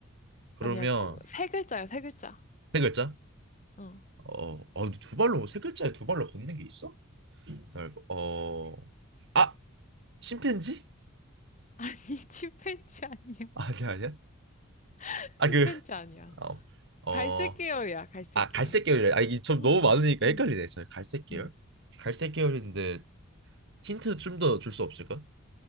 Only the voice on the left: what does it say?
아니야, 고, 세 글자야, 세 글자.
어.
<laughs> 아니, 침팬지 아니야.
<laughs>
침팬지
아니야.
갈색
계열이야, 갈색
계열.
응,
응,
응.